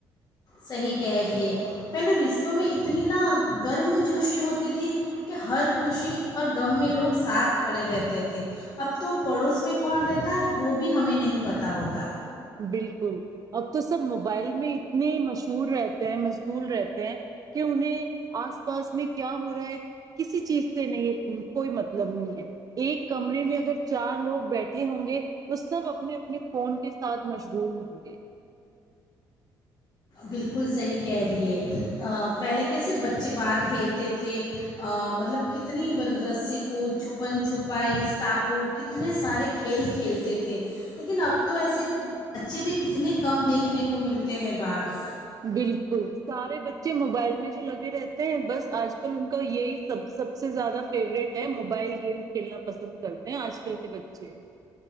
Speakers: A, on the left; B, on the right.
A: صحیح کہہ دییے پہلے رشتوں میں اتنی نا گرم جوشی ہوتی تھی کہ ہر خوشی اور غم میں لوگ ساتھ کھڑے رہتے تھے اب تو پڑوس میں کون رہتا ہے وہ بھی ہمیں نہیں پتہ ہوتا
B: بالکل اب تو سب موبائل میں اتنے مشہور رہتے ہیں مشغول رہتے ہیں کہ انہیں آس پاس میں کیا ہو رہا ہے کسی چیز سے نہیں کوئی متب بنی ہے ایک کمرے میں اگر چار لوگ بیٹھے ہوں گے تو سب اپنے اپنے فون کے ساتھ مشغول ہوں گے
A: بالکل صحیح کہہ رہی ہے پہلے کیسے بچے باہر کھیلتے تھے مطلب کتنی رسی کو چھپن چھپائی اسٹاپو کتنے سارے کھیل کھیلتے تھے لیکن اب تو ایسے بچے بھی کتنے کم دیکھنے کو ملتے تہوار <unintelligible>
B: بالکل سارے بچے موبائل جو لگے رہتے ہیں بس آج کل ان کا یہی سب سب سے زیادہ فیوروریٹ ہے موبائل گیم کھیلنا پسند کرتے ہیں آج کل کے بچے